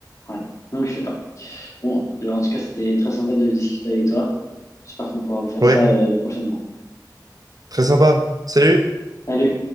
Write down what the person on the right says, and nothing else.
Ouais,
très sympa. Salut!